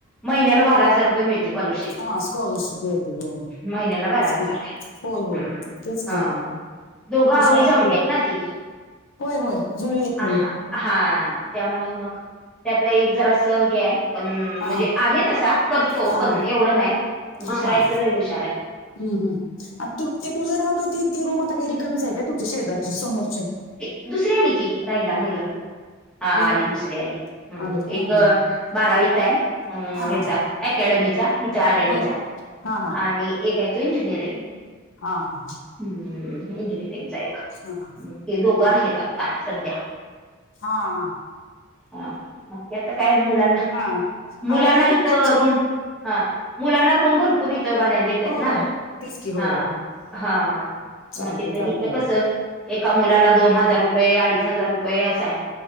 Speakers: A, in the centre; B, on the left (about 65°).
A: महिन्याला बारा हजार रुपये मिळते कॉलरशिप
B: हा स्कॉलरशिप मिळते हो हो
A: महिन्याला
B: तेच
A: बारा हजार
B: की
A: आहे
B: होय होय
A: हम्म
B: तेच
A: हा
B: की
A: दोघं आवळी
B: हुशार आहेत
A: जावळी
B: पोर
A: ना ती
B: होय होय जुळी येत
A: हा
B: मुले
A: हा त्यामुळं मग त्यातलं एक जर असं हे आहे पण
B: हा
A: म्हणजे
B: हा
A: आहे तसा करतो
B: हा
A: पण
B: हा
A: एवढं नाही
B: हा
A: दुसरा
B: हा
A: आहे
B: हा
A: तो लई हुशार आहे
B: हम्म हम् आता ती मुल राहत हो त ती रूम आता काहीरी कमीच आहे का तुमच्या शेजार ची समोरचे
A: दुसऱ्या रे आली की राहिला मुलं हा
B: बर
A: आली दुसरी
B: बर
A: आली हम
B: आलेत का
A: एक
B: हा हा
A: बारावीचा आहे अम
B: हा
A: ह्याचा
B: हा हा
A: अकॅडमीचा इथ आर आय
B: बर
A: टीचा
B: हा
A: आणि एक आहे तो इंजिनियर
B: हा हा हा
A: हम्म इंजियरीगचा आहे
B: हा हा हा
A: ते दोघं आहेत आता सध्या
B: हा ह
A: हा मग त्या आता काय मुलांना
B: हा
A: मुलांना
B: आवरा मग
A: इथं
B: तुमचं
A: रूम हा मुलांना रोमभर पुूरीत भाड्या देतात
B: हो
A: ना
B: हो तेच की होय
A: हा हा ह
B: चालते
A: म्हणजे
B: चालते
A: ईथ कस एका मुलाला दोन हजार रूपये अडीच हजार रुपये असा आहे